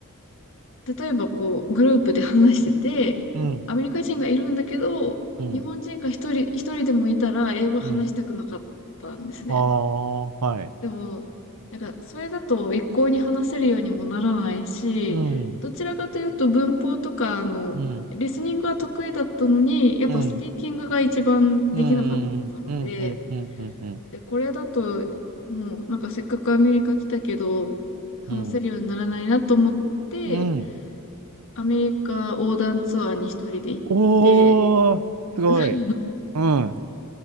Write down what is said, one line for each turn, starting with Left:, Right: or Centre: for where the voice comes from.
Left: 例えばこう、グループで話してて、
Right: うん。
Left: アメリカ人がいるんだけど、
Right: うん。
Left: 日本人が一人、一人でもいたら英語話したくなかったんですね。
Right: うん。ああ、はい。
Left: でも、なんか、それだと一向に話せるようにもならないし、
Right: うん、
Left: どちらかというと文法とか、あの、
Right: うん、
Left: リスニングは得意だったのに、やっぱスピーキングが一番できなかったので、
Right: うん、うん、うん、うん、うん、うん、うん、うん、うん。
Left: で、これだと、もう、なんかせっかくアメリカ来たけど、話せるようにならないなと思って、
Right: うんうん
Left: アメリカ横断ツアーに一人で行って、
Right: おー、すごい。
Left: <laughs>
Right: うん、